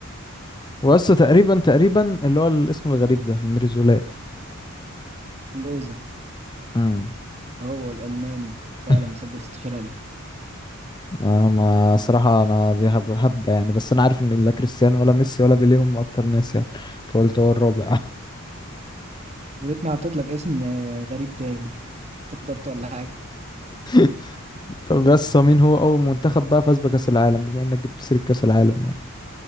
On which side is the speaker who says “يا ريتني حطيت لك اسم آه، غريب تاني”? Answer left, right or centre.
Right